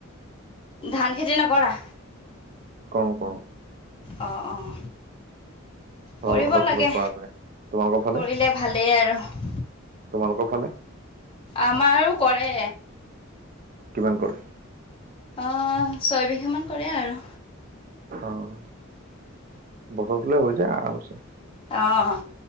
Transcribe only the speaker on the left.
ধান খেতি নকৰা?
অঁ অঁ, কৰিব
লাগে,
কৰিলে ভালেই আৰু।
আমাৰো কৰে।
অঁ ছয় বিঘামান কৰে আৰু।
অঁ।